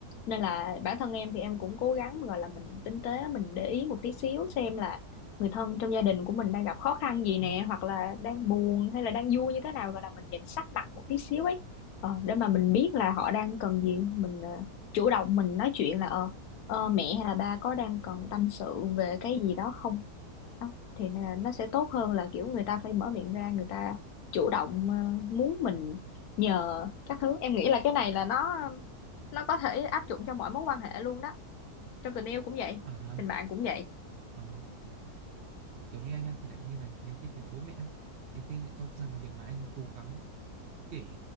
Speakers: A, on the left (about 75°); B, on the right (about 70°).
A: nên là bản thân em thì em cũng cố gắng gọi là mình tinh tế mình để ý một tí xíu xem là người thân trong gia đình của mình đang gặp khó khăn gì
B: ờ,
A: nè hoặc là đang buồn hay là đang vui như thế nào gọi là mình nhìn sắc mặt một tí xíu ấy ờ, để mà mình biết là họ đang cần gì mình ờ, chủ động mình nói chuyện là ờ ờ, mẹ hay là ba có đang cần tâm sự về cái gì đó không đó. thì là nó sẽ tốt hơn là kiểu người ta phải mở miệng ra người ta chủ động ờ, muốn mình nhờ các thứ em nghĩ là cái này là nó nó có thể áp dụng cho mọi mối quan hệ luôn đó trong tình yêu cũng vậy
B: à
A: tình bạn cũng vậy
B: ờ. kiểu như anh á thì lại như này nhiều khi với bố mẹ á, nhiều khi anh lại cho rằng là việc mà anh cố gắng kể